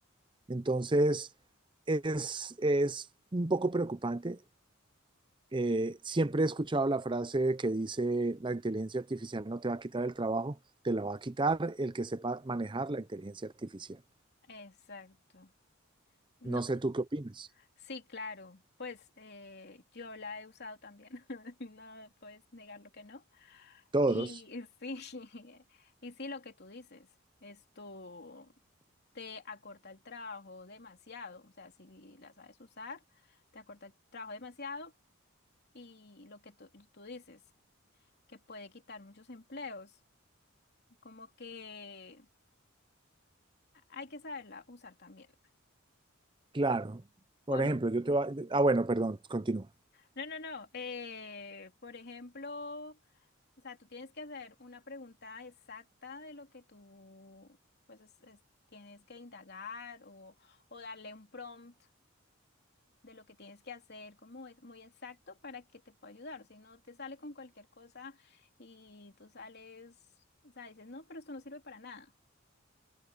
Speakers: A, on the right (about 25°); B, on the left (about 50°).
A: Entonces, es, es un poco preocupante eh, siempre he escuchado la frase que dice, la inteligencia artificial no te va a quitar el trabajo, te la va a quitar el que sepa manejar la inteligencia artificial.
B: Exacto. No,
A: No sé tú qué opinas.
B: sí, claro. Pues eh, yo la he usado también. <laughs> No puedes negar lo que no.
A: Todos,
B: Y sí, <laughs> y sí, lo que tú dices, esto te acorta el trabajo demasiado, o sea, si la sabes usar, te acorta el trabajo demasiado y lo que tú, tú dices, que puede quitar muchos empleos, como que hay que saberla usar también.
A: claro. Por
B: Por,
A: ejemplo, yo te va... Ah, bueno, perdón, continúa.
B: no, no, no, eh, por ejemplo... O sea, tú tienes que hacer una pregunta exacta de lo que tú, pues, es- es- tienes que indagar o, o darle un prompt de lo que tienes que hacer, como es muy exacto para que te pueda ayudar. O si no, te sale con cualquier cosa y tú sales, o sea, dices, no, pero esto no sirve para nada.